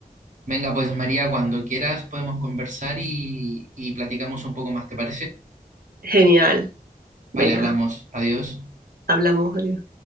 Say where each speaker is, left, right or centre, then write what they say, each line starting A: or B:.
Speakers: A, on the right; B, on the right.
A: Venga, pues María, cuando quieras podemos conversar y, y platicamos un poco más, ¿te parece?
B: Genial. Venga,
A: Vale, hablamos. Adiós.
B: hablamos. Adiós.